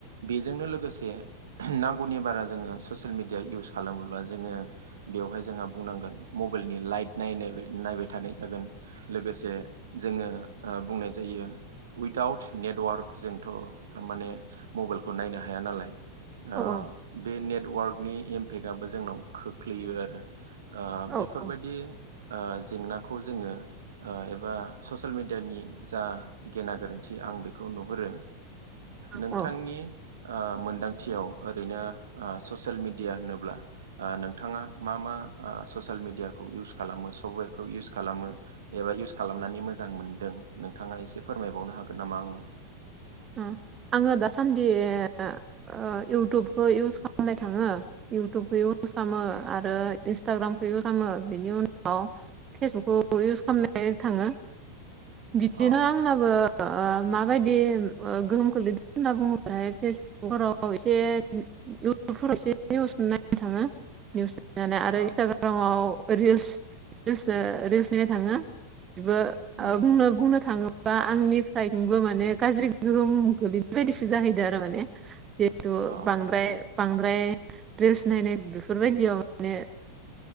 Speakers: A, on the right (about 60°); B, on the right (about 25°).
A: बेजोंनो लोगोसे नांगौनि बारा जोङो ससियेल मिडिया इउस खालामोब्ला जोङो बेवहाय जोंहा बुंनांगोन मबाइलनि लाइट नाय नायबाय थानाय जागोन लोगोसे जोङो ओ बुंनाय जायो उइदाउट नेटवार्क जोंथ थारमाने मबाइलखौ नायनो हाया नालाय ओ
B: औ
A: बे नेटवार्कनि इमपेक्टआ जोंनाव खोख्लैयो आरो ओ
B: औ
A: बेफोरबायदि ओ जेंना खौ जोङो ओ एबा ससियेल मिडियानि जा गेना गोरोन थि आं बेखौ नुहुरो नोंथांनि
B: औ
A: ओ मोनदांथियाव ओरैनो आ ससियेल मेडिया होनोब्ला ओ नोंथाङा मा मा आ ससियेल मिडियाखौ इउस खालामो सफ्टवेरखौ इउस खालामो एबा इउस खालामनानै मोजां मोनदों नोंथाङा एसे फोरमायबावनो हागोन नामा आंनो
B: ओं आङो दासान्दि ओ इउटुबखौ इउस खालामनाय थाङो इउटुबखो खामो आरो इन्सटाग्रामखो खामो बेनि उनाव फेसबुकखौ इउस खालामनाय थाङो बिदिनो
A: अ
B: आंनाबो ओ माबायदि गोहोम खोलैदों होनना बुङोब्लाथाय फेसबुगफोराव एसे इउटुबफोरावसो निउस नायनो थाङो निउस आरो
A: औ
B: इन्सटाग्रामाव रिल्स रिल्स ओ रिल्स नायनो थाङो इबो ओ
A: उम
B: बुंनो बुंनो थाङोबा आंनिफ्रायबो माने गाज्रि गोहोम गोलैदो बायदिसो जाहैदो आरो माने जिहेथु
A: अ
B: बांद्राय बांद्राय रिल्स नायनाय बेफोरबायदियाव माने